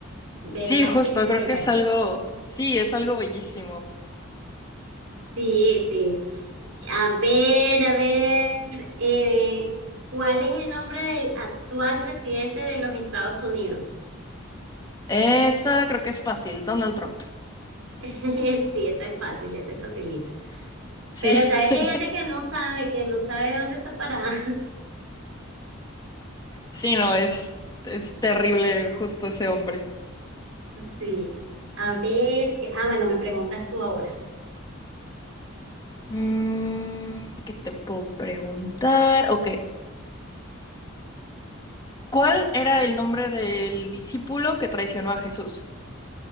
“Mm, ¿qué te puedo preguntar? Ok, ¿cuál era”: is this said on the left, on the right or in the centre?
Left